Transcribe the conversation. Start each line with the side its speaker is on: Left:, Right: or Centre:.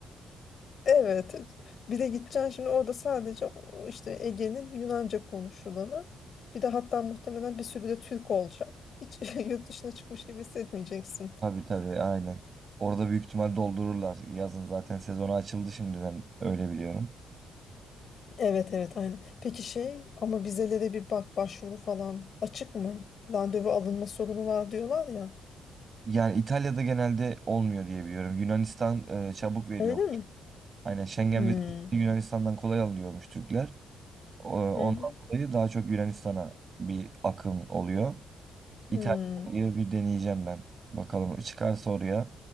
Left: Evet. Bir de gideceksin şimdi orada sadece o işte Ege'nin Yunanca konuşulanı. Bir de hatta muhtemelen bir sürü de Türk olacak. Hiç <laughs> yurt dışına çıkmış gibi hissetmeyeceksin.
Right: Tabii tabii aynen. Orada büyük ihtimal doldururlar. Yazın zaten sezonu açıldı şimdiden öyle biliyorum.
Left: Evet evet aynen. Peki şey ama vizelere bir bak başvuru falan açık mı? Randevu alınma sorunu var diyorlar ya.
Right: Yani İtalya'da genelde olmuyor diye biliyorum. Yunanistan e, çabuk veriyor.
Left: Öyle mi?
Right: Aynen Schengen
Left: Hmm.
Right: vizesi Yunanistan'dan kolay alınıyormuş Türkler. O- Ondan
Left: Hı hı.
Right: dolayı daha çok Yunanistan'a bir akım oluyor.
Left: Hmm.
Right: İtalya'yı bir deneyeceğim ben. Bakalım çıkarsa oraya,